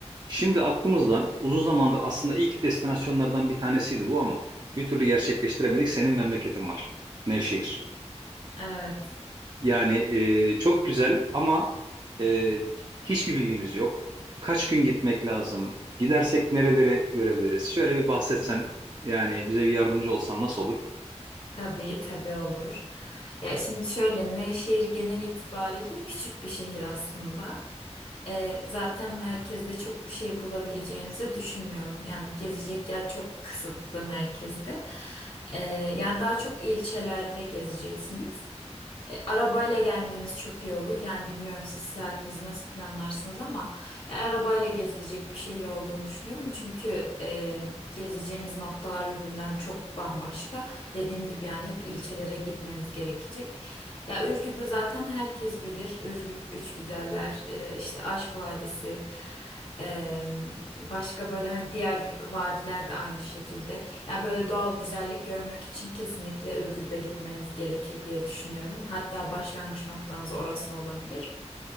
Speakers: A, on the right; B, on the left.
A: Şimdi aklımızda uzun zamandır aslında ilk destinasyonlardan bir tanesiydi bu ama bir türlü gerçekleştiremedik. Senin memleketin var. Nevşehir.
B: Evet,
A: Yani e, çok güzel ama e, hiçbir bilgimiz yok. Kaç gün gitmek lazım? Gidersek nereleri görebiliriz? Şöyle bir bahsetsen yani bize bir yardımcı olsan nasıl olur?
B: tabii tabii olur. Ya şimdi şöyle Nevşehir genel itibariyle küçük bir şehir aslında. Ee, zaten merkezde çok bir şey bulabileceğinizi düşünmüyorum. Yani gezecek yer çok kısıtlı merkezde. Ee, yani daha çok ilçelerde gezeceksiniz. E, arabayla gelmeniz çok iyi olur. Yani bilmiyorum siz seyahatinizi nasıl planlarsınız ama e, arabayla gezilecek bir şehir olduğunu düşünüyorum. Çünkü e, gezeceğiniz noktalar birbirinden çok bambaşka. Dediğim gibi yani hep ilçelere gitmeniz gerekecek. Ya Ürgüp'ü zaten herkes bilir. Ürgüp, Üç Güzeller, e, işte Aşk Vadisi. e, başka böyle hani diğer vadiler de aynı şekilde. Ya böyle doğal güzellik görmek için kesinlikle Ürgüp'e gitmeniz gerekir diye düşünüyorum. Hatta başlangıç noktanız orası olabilir.